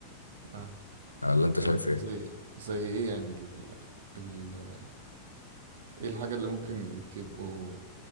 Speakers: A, on the right (about 60°); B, on the left (about 85°).
A: آه.
B: ولا انت
A: طب
B: شايف
A: أنت
B: ايه؟
A: زي زي إيه يعني ال... ال... إيه الحاجة اللي ممكن تبقوا